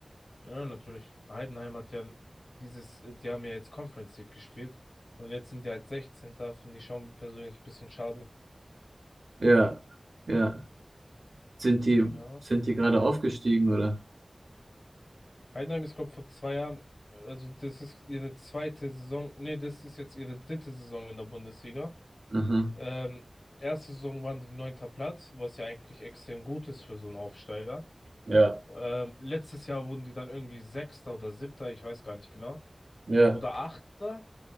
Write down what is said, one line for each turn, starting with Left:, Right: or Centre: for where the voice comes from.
Left: Ja, natürlich. Heidenheim hat ja dieses, die haben ja jetzt Conference League gespielt und jetzt sind die halt 16. Finde ich schon persönlich ein bisschen schade.
Right: Ja, ja. Sind die,
Left: Ja.
Right: sind die gerade aufgestiegen, oder?
Left: Heidenheim ist, glaube vor zwei Jahren, also das ist ihre zweite Saison, nee, das ist jetzt ihre dritte Saison in der Bundesliga.
Right: Aha.
Left: Ähm, erste Saison waren die neunter Platz, was ja eigentlich extrem gut ist für so einen Aufsteiger.
Right: Ja,
Left: Ähm, letztes Jahr wurden die dann irgendwie Sechster oder Siebter, ich weiß gar nicht genau.
Right: ja,
Left: Oder Achter.